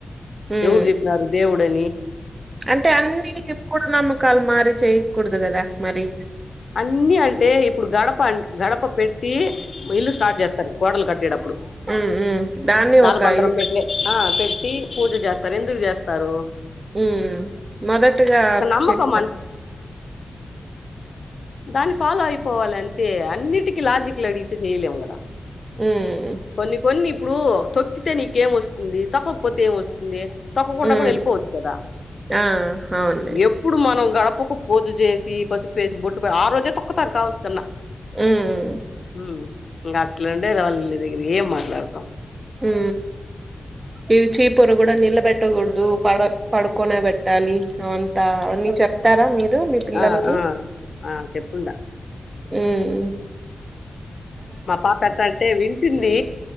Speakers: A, on the right; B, on the left.
A: ఉమ్
B: ఎవరు చెప్పినారు దేవుడు డని
A: అంటే అన్ని ముఢనమ్మకాలు మారి చేయకూడదు కదా మరి
B: అన్ని అంటే ఇప్పుడు గడప అ గడప పెట్టి ఇల్లు స్టార్ట్ చేస్తారు గోడలు కట్టేటప్పుడు
A: ఉమ్ ఉమ్ దాన్ని
B: దాలబందరం
A: ఒక ఇది
B: పెట్లే ఆ పెట్టి పూజ చేస్తారు ఎందుకు చేస్తారు స్తారు
A: ఉ మొదటిగా
B: నమ్మకం
A: చేస్తారు
B: దాని ఫాలో అయిపోవాలి అంటే అన్నిటికి లాజిక్లు అడిగితే చేయలేము కదా
A: ఉమ్ ఉమ్
B: కొన్ని కొన్ని ఇప్పుడు తొక్కితే నీకేం వస్తుంది తొక్కకపోతే ఏమ వస్తుంది తక్కకుండా
A: ఉమ్
B: కూడా వెళ్ళిపోవచ్చు కదా
A: ఆ అవునులే
B: ఎప్పుడు మనం గడప పప్పుకు పూజ చేసి చేసి బట్టు ఆ రోజే తొక్కతారు కావస్కరణ
A: ఉమ్
B: హ ఇంకా అట్లాండే వాళ్ళ నీ దగ్గర ఏం మాట్లాడతాం
A: ఉ ఇవి చీప వర కూడా నిల్ బెట్టగూడదు పడ పడుకునే పెట్టాలి అవంతా అవన్నీ చె తారా మీ పిల్లలకి
B: ఆ ఆ ఆ చెప్పుండా
A: హుమ్
B: మా పాప ఎట్ అంటే ఉంటుంది